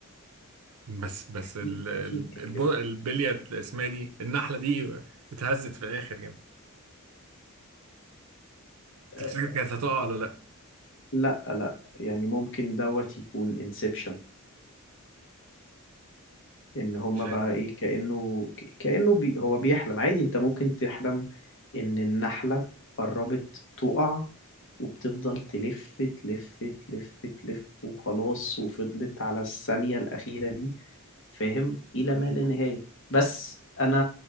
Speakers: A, on the right; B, on the left.
A: بس بس
B: اكيد
A: ال- ال-
B: اكيد كان
A: الب-
B: بيحلم
A: البلية اسمها دي النحلة دي اتهزت في الآخر يعني
B: أه
A: تفتكر كانت هتقع ولا لأ
B: لا لا يعني ممكن دوت يكون انسبشن ان هما
A: مش
B: بقى
A: عارف
B: ايه كأنه ك- كأنه بي هو بيحلم عادي انت ممكن تحلم ان النحلة قربت تقع وبتفضل تلف تلف تلف تلف وخلاص وفضلت على الثانية الأخيرة دي فاهم إلى
A: مم.
B: ما لا نهاية بس أنا